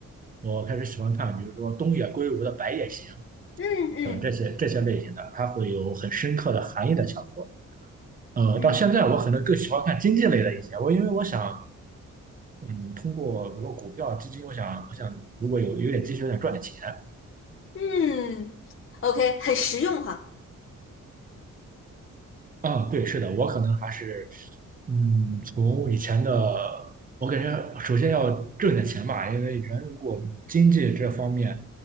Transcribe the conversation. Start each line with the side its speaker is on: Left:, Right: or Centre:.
Right: 我开始喜欢看，比如说东野圭吾的《白夜行》
Left: 嗯嗯
Right: 等这些这些类型的，它会有很深刻的含义的小说。呃，
Left: 嗯
Right: 到现在我可能更喜欢看经济类的一些，我因为我想，嗯，通过比如说股票、基金，我想我想如果有有点积蓄，我想赚点钱，
Left: 嗯，OK，很实用哈。
Right: 嗯，对，是的，我可能还是，嗯，从以前的，我感觉首先要挣点钱吧，因为人如果经济这方面